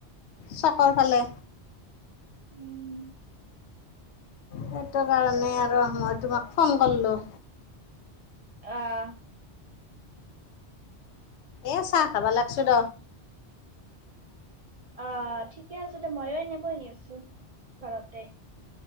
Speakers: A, on the left; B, on the right.
A: চকৰ ফালে।
B: উম।
A: সেইটো কাৰণে আৰু মই তোমাক ফোন কৰলো।
B: অহ।
A: এ চাহ খাবা লাগছো দ।
B: অ। ঠিকে আছে দে, মইয়ো এনেই বহি আছো ঘৰতে।